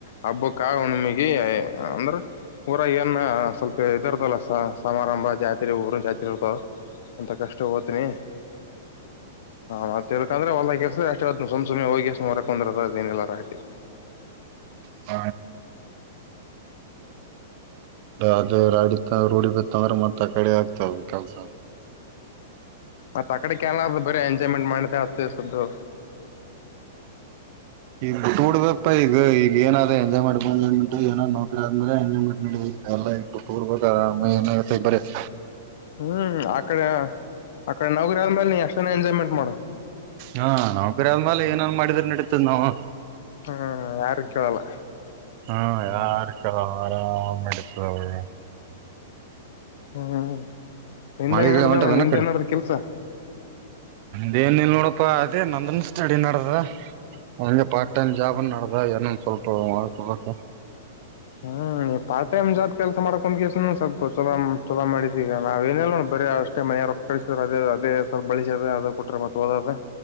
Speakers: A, on the left; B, on the right.
A: ಹಬ್ಬಕ್ಕ ಹುಣಮಗಿ ಅಂದ್ರ ಊರ ಏನ್ ಸ್ವಲ್ಪ ಇದಿರ್ತಲ್ಲ ಸಮಾರಂಭ ಜಾತ್ರೆ ಊರ ಜಾತ್ರೆ ಇರ್ತವ ಅಂತ ಕಷ್ಟ ಓತನಿ ಹ ತಿಕ ಅಂದ್ರೆ ಒ ಕೆಲ್ಸಷ್ಟ್ ಸಮ್ುಮನೆ ಹೋಗಿಸ ಹೊರಕೊಂಡಂದರದ ಏನಿಲ್ಲ ರಾಟಿ
B: ತ ಅದ ರ ರೂಡಿ ಬತ್ತಂದ್ರೆ ಮತ್ತ ಆ ಕಡೆ ಆಗ್ತಾವ ಕೆಲ್ಸ
A: ಮತ್ತತ್ ಆ ಕಡೆ ಕನಾದ ಬರ ಎಂಜಾಯ್ಮೆಂಟ್ ಮಾಡತೆ ಅತ್ತ ಸುದ್ದು
B: ಈಗ ಬಿ ಬಿಡ್ಬೇಕ ಈಗ ಈಗ ಏನಾದ ಎಂದೇ ಮಾಡ್ಬನ್ ಏನೋ ನೋಡ್ರ ಆದ್ಮೇಲೆ ಎ ಮಾಡ್ ಎಲ್ಲ ಇು ತೂರ್ಬೇಕ ಆರಾಮ ಏನಾಗುತ್ತೆ ಬರರಿ
A: ಹ್ಮ್ ಅಕಡೆ ಅಕಡೆ ನೌಗರಿ ಅಲ್ ಮಲ್ ಅಷ್ಟ ಎಂಜಾಯ್ಮೆಂಟ್ ಮಾಡಡ
B: ಹಾ ನಾವ್ ಕರಿ ಅಲ್್ಮಾಲ ಏನನ್ ಮಾಡಿದ್ರರು ನಡೀತದ್ ನಾವವು
A: ಹ್ಮ ಯಾರು ಕೇಳಲ್ಲ
B: ಹ್ಮ ಯಾರ್ಕ ಆರಾಮ ಇಡ್ತವೆ
A: ಹ್ಮ ನಿಂದೆಂಗ
B: ಮಳಿಗಿಳಿ
A: ನಡ್ದಣ್ಣ
B: ಹೊಂಟದನ
A: ನಿಂದ
B: ಕಡೆ
A: ನಡ್ದ ಕೆಲ್ಸ
B: ಅ ಏನ್ ಇಲ್ ನೋಡಪಾ ಅದೇ ನಂದನ್ ಸ್ಟಡಿ ನಡ್ದ ಹಗೆ ಪಾರ್ಟ್ ಟೈಮ್ ಜಾಬ್ ನಡ್ದ ಏನೊಂದ ಸ್ವಲ್ಪ ಮಾಡ್ಕೊಬೇಕ
A: ಹ್ಮ್ ನೀ ಪಾರ್ಟ್ ಟೈಮ್ ಜಾಬ್ ಕೆಲಸ ಮಾಡಕೊಂದ ಸ್ವಲ್ಪ ಚಲ ಚಲೋ ಮಾಡಿದ್ದೀಗ ನಾಾವ ಏನಲ್ಲ ನೋಡಿ ಬರಿ ಅಷ್ಟೇ ಮನೆಯವರು ಕಳಿಸಿದಾರೆ ಅದೇ ಅದೇ ಸ್ವಲ್ ಬಳಸೋದ ಅದದು ಬಿಟ್ರೆ ಮತ್ತೆಓದದೆ